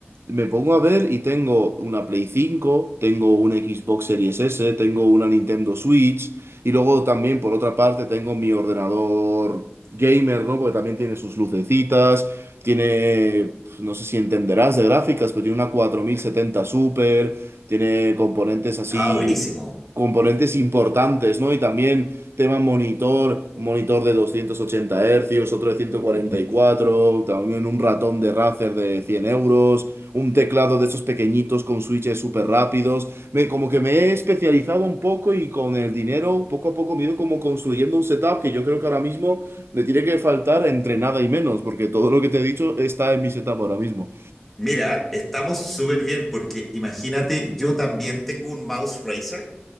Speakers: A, on the right; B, in the centre.
A: Me pongo a ver y tengo una Play cinco tengo una Xbox Series S, tengo una Nintendo Switch y luego también por otra parte tengo mi ordenador gamer, ¿no? Porque también tiene sus lucecitas, tiene, pues, no sé si entenderás de gráficas, pero tiene una 4070 Super, tiene componentes así,
B: Ah, buenísimo.
A: componentes importantes, ¿no? Y también tema monitor, un monitor de 280 Hz, otro de ciento cuarenta y cuatro también un ratón de Razer de cien euros un teclado de esos pequeñitos con switches súper rápidos. Me, como que me he especializado un poco y con el dinero, poco a poco, me he ido como construyendo un setup que yo creo que ahora mismo me tiene que faltar entre nada y menos, porque todo lo que te he dicho está en mi setup ahora mismo.
B: Mira, estamos súper bien porque imagínate, yo también tengo un mouse Razer